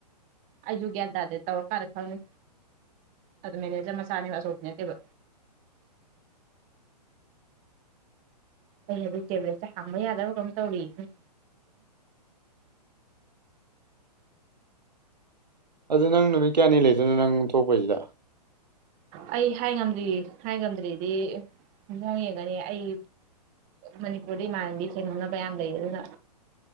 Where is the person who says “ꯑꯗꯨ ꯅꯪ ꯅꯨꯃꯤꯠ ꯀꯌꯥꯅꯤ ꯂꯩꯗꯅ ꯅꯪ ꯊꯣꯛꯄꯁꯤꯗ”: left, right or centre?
Right